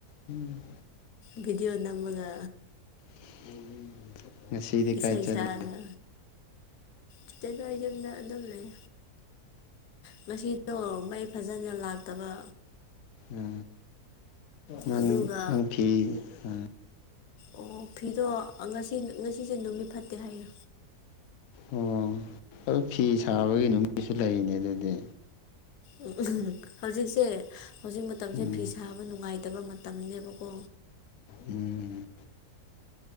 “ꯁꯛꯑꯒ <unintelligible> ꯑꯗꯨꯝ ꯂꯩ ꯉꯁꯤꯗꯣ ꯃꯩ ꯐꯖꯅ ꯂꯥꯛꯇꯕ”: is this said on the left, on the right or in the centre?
Left